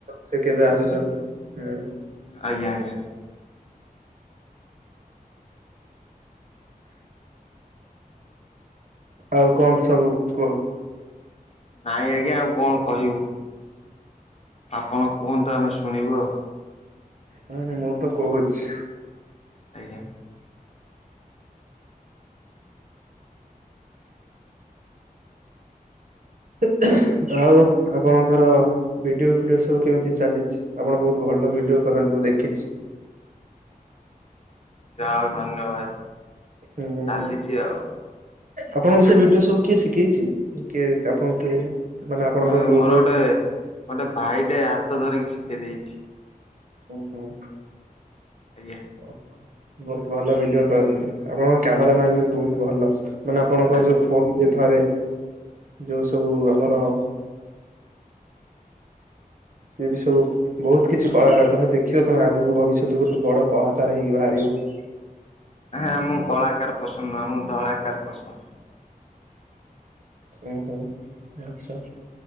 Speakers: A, on the right; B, on the left.
A: ସେ କେବେ ଆସୁଛନ୍ତି ହୁଁ।
B: ଆଜ୍ଞା ଆଜ୍ଞା।
A: ଆଉ କଣ ସବୁ କୁହ?
B: ନାଇଁ ଆଜ୍ଞା ଆଉ କଣ କହିବୁ। ଆପଣ କୁହନ୍ତୁ ଆମେ ଶୁଣିବୁ ଆଉ।
A: ହୁଁ ମୁଁ ତ କହୁଛି।
B: ଆଜ୍ଞା।
A: ହେଁ ଆଉ ଆପଣଙ୍କର ଭିଡିଓ ଫିଡିଓ ସବୁ କେମିତି ଚାଲିଛି ଆପଣ ବହୁତ ଭଲ। ଭଲ ଭିଡିଓ କରନ୍ତି ମୁଁ ଦେଖିଛି। <inaudible>
B: ଯାହାହେଉ ଧନ୍ୟବାଦ।
A: ହୁଁ।
B: ଚାଲିଛି ଆଉ।
A: ଆପଣଙ୍କ ସେ ଭିଡିଓ ସବୁ କିଏ ଶିଖେଇଛି କିଏ ଆପଣଙ୍କୁ କିଏ ମାନେ ଆପଣଙ୍କ
B: ହଁ
A: ଗ୍ରୁପ
B: ମୋର ଗୋଟେ ଗୋଟେ ଭାଇଟେ ହାତ ଧରିକି ଶିକେଦେଇଛି।
A: ଉଁ ହୁଁ <inaudible>
B: ଆଜ୍ଞା।
A: ଓହୋ। ବହୁତ ଭଲ ଭିଡିଓ କରନ୍ତି ଆପଣଙ୍କ କ୍ୟାମେର ମ୍ୟାନ ବି ବହୁତ ଭଲ ମାନେ ଆପଣଙ୍କ
B: ହଁ
A: ଯୋଉ ଫୋନ ଠାରେ <inaudible> ଯୋଉ ସବୁ ଆମର <inaudible> ସିଏ ବି ସବୁ ବହୁତ କିଛି କଳାକାର ତମେ ଦେଖିବ ତମେ ଆଗକୁ ଭବିଷ୍ୟତ ଗୋଟେ ବଡ କଳାକାର ହେଇକି ବାହାରି କିଏ?
B: ହାଁ ମୁଁ କଳାକାର ପସନ୍ଦ ନୁହଁ ମୁଁ ଧଳାକାର ପସନ୍ଦ।
A: ଉଁ ହୁଁ ଆଚ୍ଛା।